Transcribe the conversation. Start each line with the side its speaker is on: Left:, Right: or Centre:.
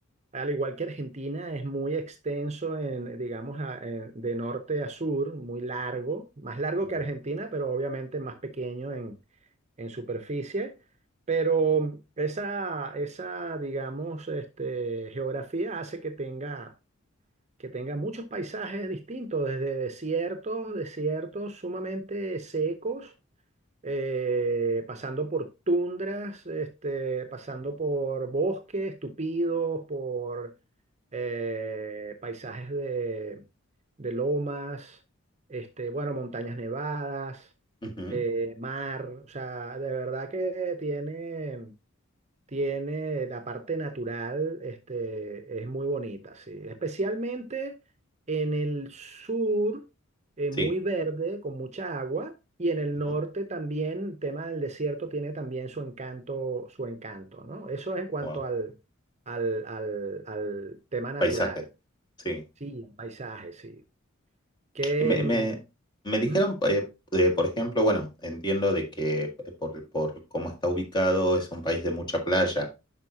Right: al igual que Argentina, es muy extenso en, digamos, a- en- de norte a sur, muy largo, más largo
Left: Ujú.
Right: que Argentina, pero obviamente más pequeño en, en superficie, pero esa, esa, digamos, este, geografía hace que tenga que tenga muchos paisajes distintos, desde desiertos, desiertos sumamente secos, eh, pasando por tundras, este, pasando por bosques tupidos, por eh, paisajes de, de lomas, este, bueno, montañas nevadas,
Left: ujú.
Right: eh, mar, o sea, de verdad que tiene tiene la parte natural, este, es muy bonita, sí. Especialmente en el sur, eh, muy
Left: Sí.
Right: verde, con mucha agua, y en el
Left: Ujú.
Right: norte también, el tema del desierto tiene también su encanto, su encanto, ¿no? Eso es en cuanto
Left: Wow.
Right: al, al, al, al tema natural,
Left: Paisaje, sí.
Right: sí, el paisaje, sí. Que,
Left: Y Me, me, me dijeron,
Right: mm,
Left: eh, eh, por ejemplo, bueno, entiendo de que eh, por, por cómo está ubicado es un país de mucha playa